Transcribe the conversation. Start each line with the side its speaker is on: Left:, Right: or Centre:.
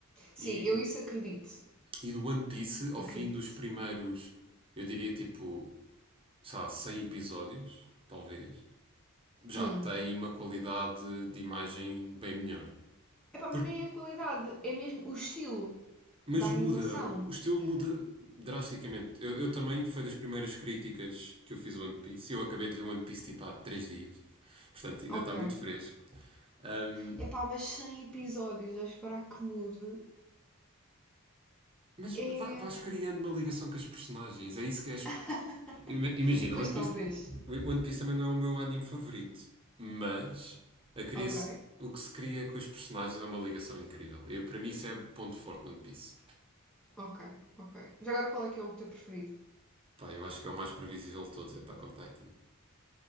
Centre: Sim,
Right: E
Centre: eu isso acredito.
Right: E do One Piece, ao
Centre: Acredito.
Right: fim dos primeiros, eu diria tipo, sei lá, 100 episódios, talvez, já
Centre: Hum.
Right: tem uma qualidade de imagem bem melhor.
Centre: Epá, mas
Right: Por-
Centre: nem é a qualidade, é mesmo o estilo
Right: Mas
Centre: da
Right: muda,
Centre: animação.
Right: o estilo muda drasticamente. Eu, eu também, foi das primeiras críticas que eu fiz ao One Piece. Eu acabei de ver o One Piece tipo há 3 dias, portanto ainda
Centre: Ok.
Right: está muito fresco. Ahm,
Centre: Epá, mas 100 episódios a esperar que mude
Right: mas
Centre: É.
Right: va- vais criando uma ligação com as personagens, é isso que é,
Centre: <laughs>
Right: Ima- Imagina,
Centre: pois
Right: One Piece,
Centre: talvez.
Right: One Piece também não é o meu anime favorito, mas a cria
Centre: Ok,
Right: o que se cria com os personagens é uma ligação incrível. Eu, para mim, isso é o ponto forte no One Piece.
Centre: ok, ok. Já agora qual é que é o teu preferido?
Right: Pá, eu acho que é o mais previsível de todos, é Attack on Titan.